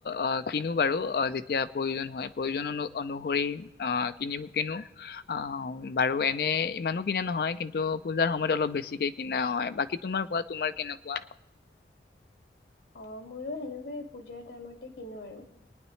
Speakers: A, on the left (about 60°); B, on the left (about 75°).
A: অ কিনো বাৰু অ যেতিয়া প্ৰয়োজন হয়। প্ৰয়োজন অনু অনুসৰি অহ কিনি কিনো অ, বাৰু এনে ইমানো কিনা নহয় কিন্তু পূজাৰ সময়ত অলপ বেছিকে কিনা হয়। বাকী তোমাৰ কোৱা? তোমাৰ কেনেকুৱা?
B: অ মোৰো সেনেকুৱাই, পূজাৰ টাইমতে কিনো আৰু